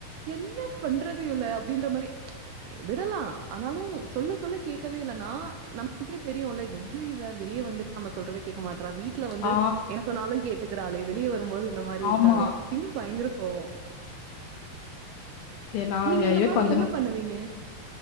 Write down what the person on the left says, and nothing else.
ஆ
ஆமா.
எ நான்
எனக்கும்